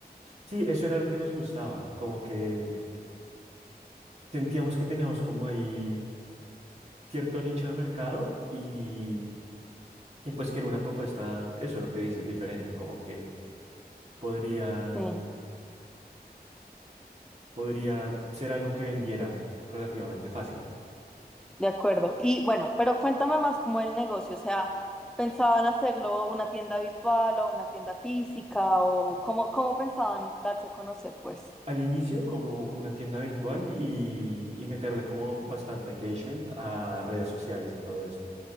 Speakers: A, on the right; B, in the centre.
A: Sí, eso era lo que nos gustaba, como que sentíamos que teníamos como ahí cierto nicho de mercado y, y pues que era una propuesta, eso lo que dices, diferente, como que podrían,
B: Sí,
A: podría ser algo que vendiera relativamente fácil.
B: de acuerdo. Y bueno, pero cuéntame más cómo el negocio, o sea, ¿pensaban hacerlo una tienda virtual o una tienda física o cómo, cómo pensaban darse a conocer, pues?
A: al inicio como una tienda virtual y, y meterle como bastante engagement a redes sociales y todo esto.